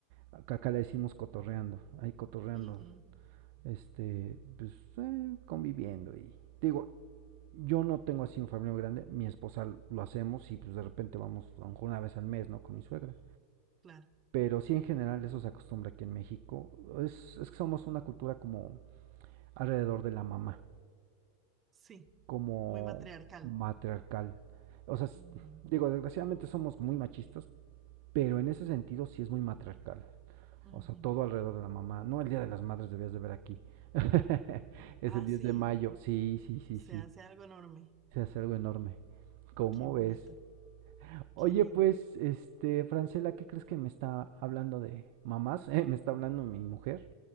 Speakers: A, on the right; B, on the right.
A: Acá, acá le decimos cotorreando, ahí cotorreando,
B: Ujú,
A: este, pues eh, conviviendo y digo, yo no tengo así un familia grande, mi esposa lo hacemos y pues de repente vamos a lo mejor una vez al mes, ¿no? Con mi suegra.
B: claro,
A: Pero sí en general eso se acostumbra aquí en México. Es, es que somos una cultura como alrededor de la mamá,
B: sí,
A: como
B: muy matriarcal.
A: matriarcal. O sea, s-
B: Ujú,
A: digo, desgraciadamente somos muy machistas, pero en ese sentido sí es muy matriarcal.
B: ujú.
A: O sea, todo alrededor de la mamá. No, el Día de las Madres debías de ver aquí. <laughs> Es
B: Ah,
A: el 10
B: sí,
A: de mayo. Sí, sí, sí,
B: se
A: sí.
B: hace algo enorme,
A: Se hace algo enorme. ¿Cómo
B: qué bonito,
A: ves? Oye,
B: qué lindo.
A: pues, este, Francela, ¿qué crees que me está hablando de mamás? <laughs> Eh, me está hablando mi mujer.